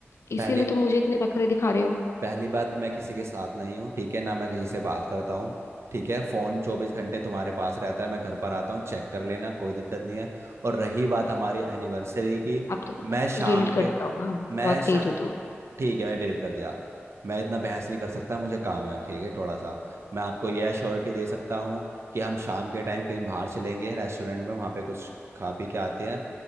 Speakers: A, on the left (about 70°); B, on the right (about 65°).
A: इसीलिए
B: पहले
A: तुम मुझे इतने नखरे दिखा रहे हो
B: पहली बात मैं किसी के साथ नहीं हूँ ठीक है ना मैं किसी से बात करता हूँ ठीक है फोन चौबीस घंटे तुम्हारे पास रहता है मैं घर पर आता हूँ चेक कर लेना कोई दिक्कत नहीं है और रही बात हमारी एनिवर्सरी की
A: अब तो तुमने
B: मैं
A: सब
B: शाम
A: कुछ डिलीट कर
B: के
A: दिया होगा
B: मैं
A: बहुत
B: शा
A: तेज हो तुम
B: ठीक है मैंने डिलीट कर दिया मैं इतना बहस नहीं कर सकता मुझे काम है ठीक है थोड़ा सा मैं आपको यह अश्योरिटी दे सकता हूँ कि हम शाम के टाइम कहीं बाहर चलेंगे रेस्टोरेंट में वहाँ पे कुछ खा पी के आते हैं